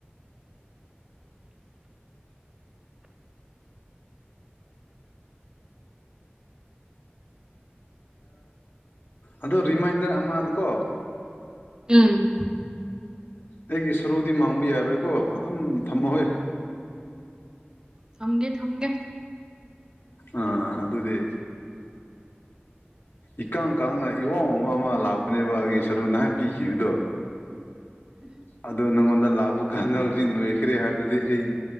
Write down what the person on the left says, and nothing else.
ꯑꯗꯣ ꯔꯤꯃꯥꯏꯟꯗꯔ ꯑꯃꯅꯨꯀꯣ
ꯑꯩꯒꯤ ꯁꯔꯨꯗꯤ ꯃꯥꯡꯕ ꯌꯥꯔꯣꯏꯀꯣ ꯑꯗꯨꯝ ꯊꯝꯃꯍꯣꯏ
ꯑꯥ ꯑꯗꯨꯗꯤ ꯏꯀꯥꯡ ꯀꯥꯡꯉ ꯏꯋꯥꯥꯎ ꯑꯃ ꯂꯥꯛꯄꯅꯦꯕ ꯑꯩꯒꯤ ꯁꯔꯨ ꯅꯍꯥꯛ ꯄꯤꯈꯤꯕꯗꯣ ꯑꯗꯨꯗ ꯅꯪꯉꯣꯟꯗ ꯂꯥꯛꯄ ꯀꯥꯟꯗ ꯍꯧꯖꯤꯛ ꯅꯣꯏꯈ꯭ꯔꯦ ꯍꯥꯏꯕꯗꯨꯗꯤ ꯑꯩ